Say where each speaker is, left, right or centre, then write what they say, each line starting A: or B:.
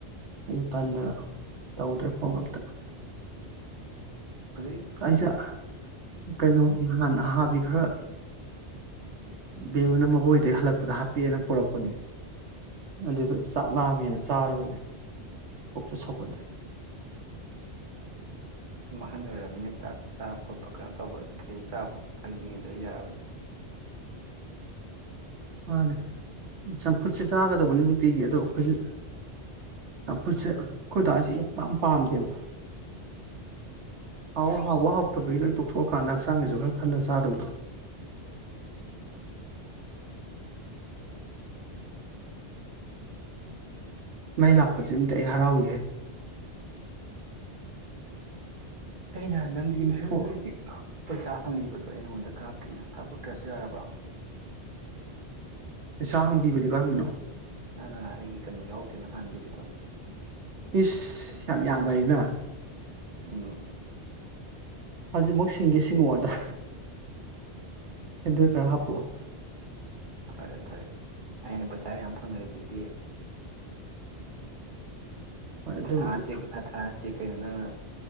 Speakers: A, on the right (about 80°); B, on the right (about 45°).
A: ꯑꯩꯅ ꯇꯟꯗꯅ ꯇꯧꯗ꯭ꯔꯦ ꯐꯣꯟꯒ ꯑꯝꯇ
B: ꯍꯧꯖꯤꯛ
A: ꯑꯩꯁꯦ ꯀꯩꯅꯣ <unintelligible> ꯑꯍꯥꯕꯤ ꯈꯔ ꯕꯦꯝꯃꯅ ꯃꯥꯕꫭꯛ ꯍꫭꯏꯗꯩ ꯍꯜꯂꯛꯄꯗ ꯍꯥꯞꯄꯦꯑꯦꯅ ꯄꯣꯔꯛꯄꯅꯦ ꯑꯗꯨꯗ ꯆꯥꯛ ꯂꯥꯝꯃꯦꯅ ꯆꯥꯔꯨꯕꯅꯦ ꯄꯨꯛꯁꯨ ꯁꯧꯒꯠꯂꯦ
B: ꯑꯍꯜ ꯑꯣꯏꯔꯕꯅꯤꯅ ꯆꯥꯛ ꯆꯥꯕ ꯈꯣꯠꯄ ꯀꯩꯅꯣ ꯇꯧꯕꯀꯩꯀꯩ ꯆꯥꯕ ꯈꯣꯠꯄ ꯈꯔ ꯌꯦꯡꯗꯗꯤ ꯌꯥꯔꯔꫭꯏ
A: ꯃꯥꯅꯦ ꯆꯝꯐꯨꯠꯁꯦ ꯆꯥꯒꯗꯧꯕꯅꯦ ꯅꯨꯡꯇꯤꯒꯤ ꯑꯗꯣ ꯑꯈꯣꯏꯁꯦ ꯆꯝꯐꯨꯠꯁꯦ ꯑꯈꫭꯏꯗꯁꯦ ꯌꯥꯝ ꯄꯛ ꯄꯥꯝꯗꯦꯕ ꯍꯥꯎꯕ ꯍꯥꯎꯕ ꯍꯥꯎꯇꯕꯒꯤ ꯂꯣꯏ ꯇꯣꯛꯊꯣꯛꯑꯀꯥꯟꯗ ꯍꯛꯆꯥꯡꯒꯤꯁꯨ ꯈꯔ ꯈꯜꯂ ꯆꯥꯗꯧꯗꯣ ꯃꯩꯏ ꯂꯥꯛꯄꯖꯤꯑꯝꯗꯤ ꯑꯩ ꯍꯔꯥꯎꯏꯍꯦ
B: ꯑꯩꯅ ꯅꯪꯒꯤ
A: ꯎꯝ
B: ꯑꯩꯗꯤ
A: ꯐꯣ
B: ꯄꯩꯁꯥ ꯍꯝꯕꯤꯕꯗꯣ ꯑꯩ ꯅꯪꯉꯣꯟꯗ ꯀꯥꯞꯇ꯭ꯔꯤꯅꯦ ꯀꯥꯞꯄꯛꯇ꯭ꯔꯁꯨ ꯌꯥꯔꯕ꯭ꯔꯥ
A: ꯄꯩꯁꯥ ꯍꯥꯡꯕꯤꯕꯗꯤ ꯀꯔꯝꯕꯅꯣ
B: ꯅꯪ ꯅ ꯑꯩꯒꯤ ꯀꯩꯅꯣ ꯌꯥꯎꯗꯦꯅ ꯍꯥꯟꯕꯤꯕꯗꯣ
A: ꯏꯁ ꯌꯥꯝ ꯌꯥꯝꯕ ꯅꯤꯅ
B: ꯎꯝ
A: ꯍꯧꯖꯤꯛꯃꯛ ꯁꯤꯡꯒꯦ ꯁꯤꯡꯉꯛ ꯑꫭꯗ ꯁꯦꯟꯗꯣꯏ ꯈꯔ ꯍꯥꯞꯄꯣꯛꯎ
B: ꯐꯔꯦ ꯐꯔꯦ ꯑꯩꯅ ꯄꯩꯁꯥ ꯃꯌꯥꯝ ꯐꯪꯉꯜꯂꯤꯗꯨꯗꯤ
A: ꯍꯣꯏ ꯑꯗꯨꯕꯨꯗꯤ
B: ꯊꯥ ꯊꯥ ꯊꯅꯠꯇꯦ ꯊꯥ ꯊꯥ ꯅꯠꯇꯦ ꯀꯩꯅꯣ ꯅꯪꯅ